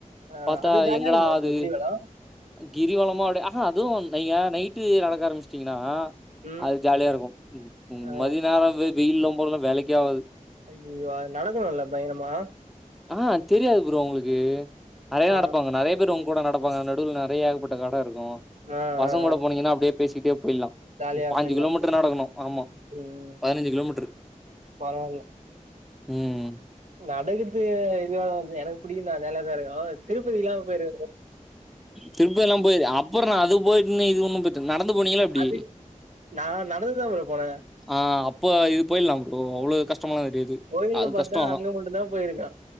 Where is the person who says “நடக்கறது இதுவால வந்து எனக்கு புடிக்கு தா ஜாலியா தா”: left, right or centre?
Right